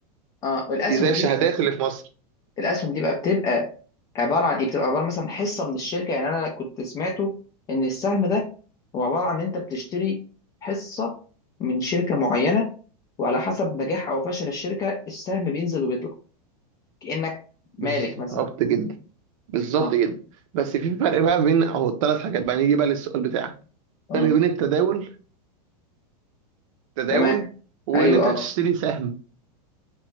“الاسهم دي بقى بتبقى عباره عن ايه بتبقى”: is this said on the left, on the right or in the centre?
Left